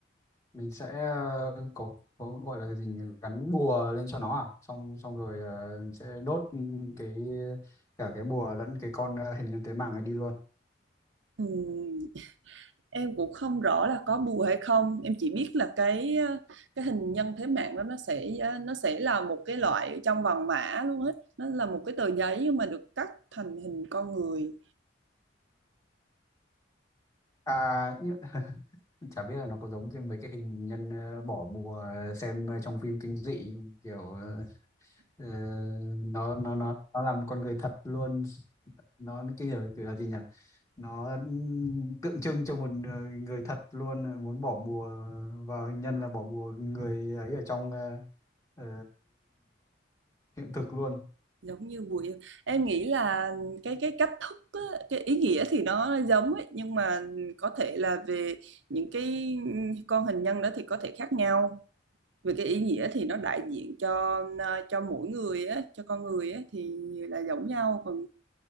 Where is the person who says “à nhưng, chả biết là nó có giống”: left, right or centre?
Left